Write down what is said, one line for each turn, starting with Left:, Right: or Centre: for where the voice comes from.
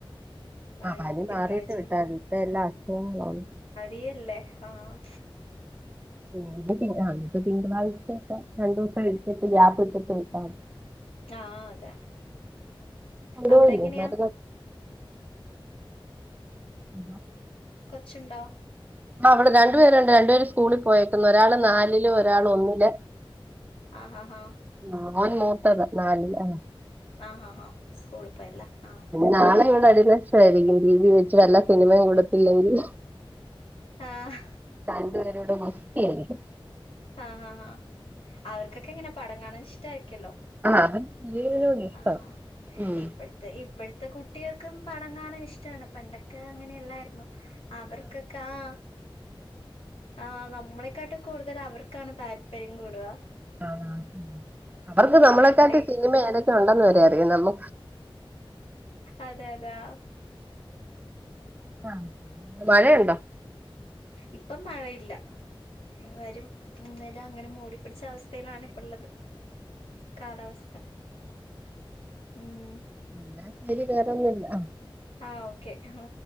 Left: അവനിപ്പോ
Right: ആ പനി
Left: തിങ്കളാഴ്ച
Right: മാറിട്ട് വിട്ടാതി ഇപ്പ എല്ലാം അസുഖങ്ങളള്ള
Left: യല്ലേ ആഹ്
Right: അ തിങ്കളാഴ്ചട്ട രണ്ടു ദിവസം കഴിഞ്ഞ് ഗ്യാപ്പിട്ട് വിട്ടമതി
Left: ആഹ് അതെ
Right: ല്ലേതൊക്ക
Left: അവിടെ എങ്ങനെയാ
Right: <inaudible>
Left: കൊച്ചുണ്ടോ
Right: ആ ഇവിടെ രണ്ടു പേരുണ്ട് രണ്ടുപേര് സ്കൂളിൽ പോയേക്കുന്നു ഒരാള് നാലില് ഒരാള് ഒന്നില്
Left: ആഹാഹാ
Right: ആ മോൻ മൂത്തത് നാലിൽ ആണ്
Left: ആഹ് ആഹ് ആഹ് സ്കൂൾ പോയല്ലേ ആഹ്
Right: നാളെ ഇവിടെ അടി നഷ്ടായിരിക്കും ടിവി വെച്ച നല്ല സിനിമയും കൊടുത്തില്ലെങ്കിൽ
Left: ആഹ്
Right: രണ്ടുപേരുംകൂടാ ഗുസ്തി ആയിരിക്കും
Left: ആഹ് ഹാ അവർക്കൊക്കെ ഇങ്ങനെ പടം കാണാൻ ഇഷ്ടയിരിക്കല്ലോ
Right: ആ അവർക്ക് സിനിമയോട് ഇഷ്ടാ
Left: ആഹ്
Right: ഉം
Left: ഇപ്പഴത്തെ ഇപ്പഴത്തെ കുട്ടി കുട്ടികൾക്കും പടം കാണാ ഇഷ്ടമാണ് പണ്ടൊക്കെ അങ്ങനെയാല്ല അവർക്കൊക്കെ അഹ് ആഹ് നമ്മളെക്കാട്ടും കൂടുതൽ അവർക്കാണ് താല്പര്യം കൂടുവാ
Right: ആഹ് അവർക്ക് നമ്മളെക്കാട്ടും
Left: കണ്ടേ
Right: സിനിമ ഏതൊക്കെ ഉണ്ടെന്ന് വരെ അറിയാം നമ്മ
Left: അതെ അതെ ആ.
Right: ആഹ് മഴയുണ്ടോ
Left: ഇപ്പം മഴയില്ല വരും എന്തോലും അങ്ങനെ മൂടി പിടിച്ച അവസ്ഥയിലാണ് ഇപ്പള്ളത് കാലാവസ്ഥ ഉം
Right: വലിയ ക്ലിയർ ഒന്നും ല്ല്യ
Left: ആഹ് ഓക്കെ മ്